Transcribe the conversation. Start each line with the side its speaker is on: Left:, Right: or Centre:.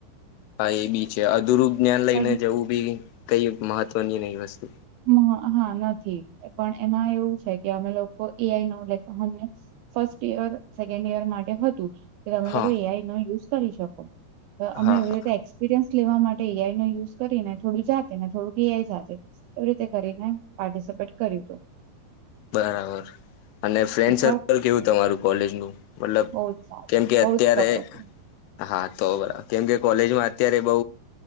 Left: હા, એ બી છે, અધૂરું જ્ઞાન લઈને
Right: પણ
Left: જવું બી કઈ મહત્વની નહીં વસ્તુ
Right: મ હા નથી, પણ એમાં એવું છે, કે અમે લોકો એઆઈનો લાઈક અમને ફર્સ્ટ ઈયર સેકન્ડ ઈયર માટે હતું કે તમે
Left: હા
Right: લોકો એઆઈનો યુઝ કરી શકો અમે
Left: હા
Right: એવી
Left: હા
Right: રીતે એક્સપિરયન્સ લેવા માટે એ. આઈ નો યુઝ કરીને થોડું જાતે ને થોડુંક એ. આઈ સાથે એવી રીતે કરીને પાર્ટિસિપેટ કર્યું તું.
Left: બરાબર. અને ફ્રેન્ડ સર્કલ
Right: વાર
Left: કેવું તમારું કોલેજનું મતલબ
Right: બહુ જ સારું
Left: કેમ કે
Right: બહુ
Left: અત્યારે
Right: જ સપોર્ટિવ
Left: હા તો બરા કેમકે કોલેજમાં અત્યારે બઉ